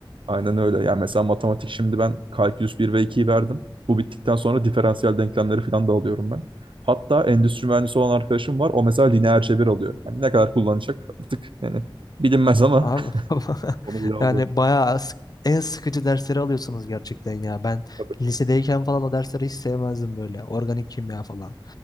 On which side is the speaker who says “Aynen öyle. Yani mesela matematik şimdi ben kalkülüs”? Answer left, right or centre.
Right